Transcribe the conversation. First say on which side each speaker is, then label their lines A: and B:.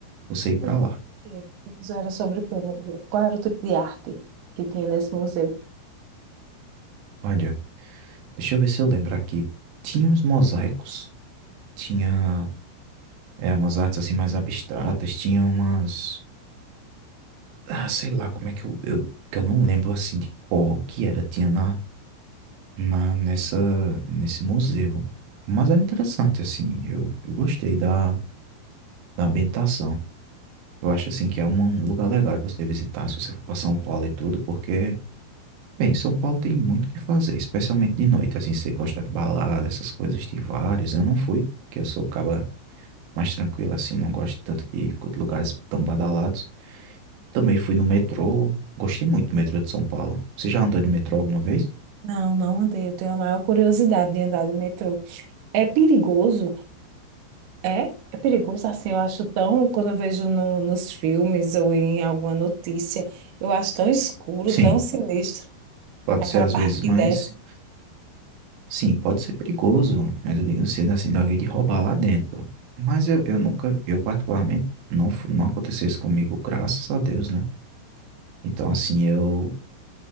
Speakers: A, on the right; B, on the right.
A: você ir pra
B: museu
A: lá.
B: era sobre o quê? O museu era sobre o quê? Qual era o tipo de arte que tinha nesse museu?
A: Olha, deixa eu ver se eu lembro aqui. Tinha uns mosaicos, tinha é, umas artes assim mais abstratas, tinha umas, ah, sei lá, como é que eu, eu, que eu não lembro assim de qual que era, tinha na, na nessa nesse museu. Mas era interessante assim, eu, eu gostei da da ambientação. Eu acho assim que é uma- um lugar legal de você visitar se você for para São Paulo e tudo, porque, bem, São Paulo tem muito o que fazer, especialmente de noite, assim, se você gosta de balada, essas coisas, tem vários. Eu não fui, porque eu sou caba mais tranquilo assim, não gosto tanto de co- lugares tão badalados. Também fui no metrô, gostei muito do metrô de São Paulo. Você já andou de metrô alguma vez?
B: Não, não andei. Eu tenho a maior curiosidade de andar de metrô. É perigoso? É? É perigoso assim, eu acho tão, quando eu vejo no- nos filmes ou em alguma notícia, eu acho tão escuro,
A: Sim,
B: tão sinistro,
A: pode
B: aquela
A: ser às
B: parte
A: vezes,
B: que
A: mas
B: desce.
A: Sim, pode ser perigoso, mas eu digo assim, assim, de alguém de roubar lá dentro. Mas eu, eu nunca, eu particularmente, não, fu- não aconteceu isso comigo, graças a Deus, né? Então, assim, eu